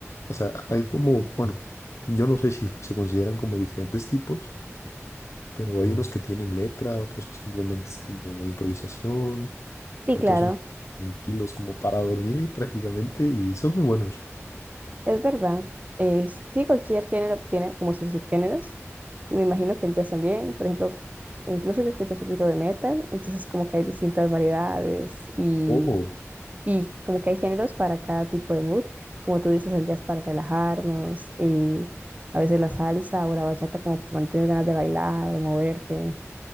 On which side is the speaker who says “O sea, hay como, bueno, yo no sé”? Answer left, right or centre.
Left